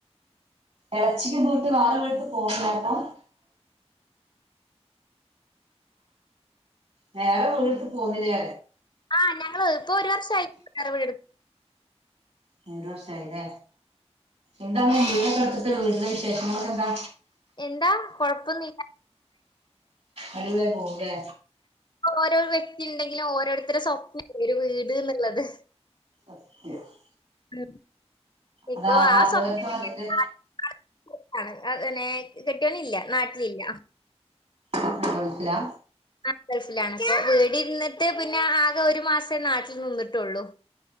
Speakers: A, on the right; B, on the left.
A: എറച്ചിക്ക് <unintelligible> വാറെ വിട്ട് പോണ്ണില്ലെ പ്പൊ വേറെ വീടെട്ത്ത് പോന്നില്ലേ
B: ആഹ് ഞങ്ങള് ഇപ്പ ഒരു വർഷായി വേറെ വീടെട്
A: ഹേ ഒരു വർഷായില്ലേ എന്താണ് വീടൊക്കെ എടുത്തട്ട് വീട്ടിലെ വിശേഷങ്ങളൊക്കെ എന്താ
B: എന്താ കൊഴപ്പൊന്നില്ല
A: അടിപൊളിയായി പോവുല്ലേ
B: ഓരോ വ്യക്തി ഇണ്ടെങ്കിലും ഓരോരുത്തരുടെ സ്വപ്നല്ലേ ഒരു വീട്ന്ന്ള്ളത്
A: <unintelligible>
B: ഉം ഇപ്പൊ
A: അതാവാത്തവർക്ക്
B: ആ സ്വപ്നാണെങ്കിലും
A: അതിന്റെ
B: <inaudible> ആണ് അതന്നെ കെട്ട്യോനില്ല നാട്ടിലില്ല
A: ഹേ ഗൾഫിലാ
B: ആ ഗൾഫ്‌ലാണ് അപ്പൊ വീടിരുന്നിട്ട് പിന്നെ ആകെ ഒരു മാസേ നാട്ടിൽ നിന്നിട്ടുള്ളൂ